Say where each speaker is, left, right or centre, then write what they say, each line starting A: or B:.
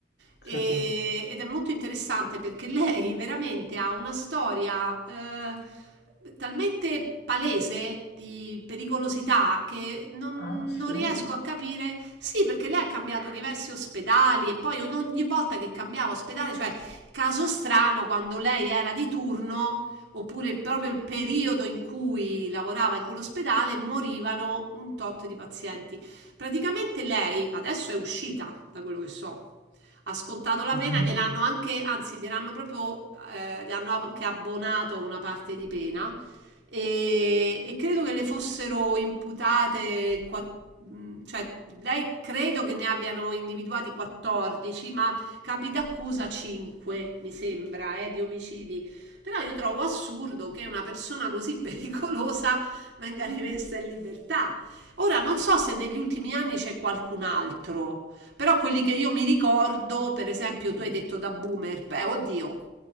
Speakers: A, on the right; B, on the left.
A: e-
B: Sì.
A: mm. ed è molto interessante perché lei veramente ha una storia eh, talmente palese di pericolosità che non,
B: Ah sì?
A: non riesco a capire. Sì, perché lei ha cambiato diversi ospedali e poi ogni ogni volta che cambiava ospedale, cioè caso strano quando lei era di turno oppure proprio il periodo in cui lavorava in quell'ospedale, morivano un tot di pazienti. Praticamente lei adesso è uscita, da quello che so, ha scontato la
B: Mhm.
A: pena, gliel'hanno anche, anzi, gliel'hanno proprio, eh, gli hanno anche abbonato una parte di pena e, e credo che le fossero imputate, quatt- mh, cioè lei credo che ne abbiano individuati 14, ma capi d'accusa 5, mi sembra, eh, di omicidi però io trovo assurdo che una persona così <laughs> pericolosa venga rimessa in libertà. Ora non so se negli ultimi anni c'è qualcun altro, però quelli che io mi ricordo, per esempio, tu hai detto da boomer, beh, oddio,